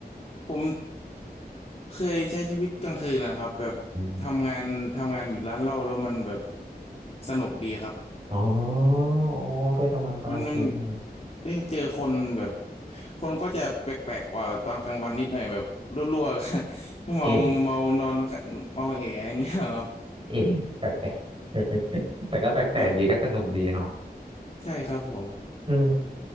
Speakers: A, on the left; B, on the right.
A: ผมเคยใช้ชีวิตกลางคืนนะครับแบบทำงานทำงานอยู่ร้านเหล้าแล้วมันแบบ
B: อืม
A: สนุกดีครับ
B: อ๋ออ๋อเคยทำงานตอนกลางคืนไหมเนาะ
A: มันมันได้เจอคนแบบคนก็จะแปลกๆกว่าตอนกลางวันนิดหน่อยแบบรั่วๆ <laughs> เมาเมานอน
B: เอ๊ะ
A: เมาเอะอย่างเงี้ยครับ
B: เอ๊ะแปลกๆ <laughs> แต่ก็แปลกๆดีก็สนุกดีเนาะ
A: ครับใช่ครับผม
B: อืม